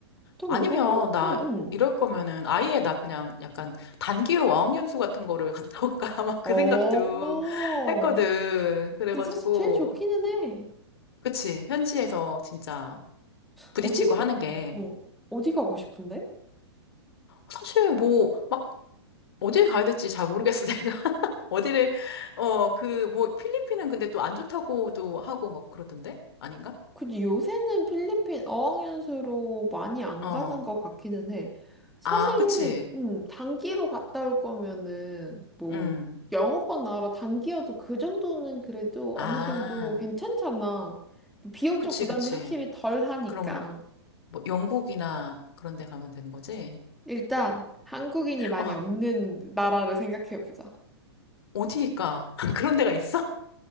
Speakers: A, in the centre; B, on the left.
A: 또
B: 아니면
A: 외국인,
B: 나
A: 응, 응.
B: 이럴 거면은 아예 나 그냥 약간 단기로 어학연수 같은 거를 갔다 올까 <laughs> 막 그
A: 어.
B: 생각도 했거든. 그래가지고
A: 근데 사실 제일 좋기는 해.
B: 그치 현지에서 진짜 부딪히고
A: 어디,
B: 하는 게
A: 어, 어. 어디 가고 싶은데?
B: 사실 뭐 막 어디 가야 될지 잘 모르겠어 <laughs> 내가 어디를 어 그 뭐 필리핀은 근데 또 안 좋다고도 하고 막 그러던데 아닌가?
A: 근데 요새는 필리핀 어학연수로 많이 안
B: 어,
A: 가는 것 같기는 해. 사실,
B: 아, 그치.
A: 음, 단기로 갔다 올 거면은, 뭐,
B: 음.
A: 영어권 나라 단기여도 그 정도는 그래도
B: 아.
A: 어느 정도 괜찮잖아. 뭐 비용적
B: 그치,
A: 부담이
B: 그치.
A: 확실히 덜 하니까.
B: 그럼 뭐 영국이나 그런 데 가면 되는 거지?
A: 일단, 한국인이 많이
B: 어,
A: 없는 나라를 생각해보자.
B: 어디일까? <laughs> 그런 데가 있어?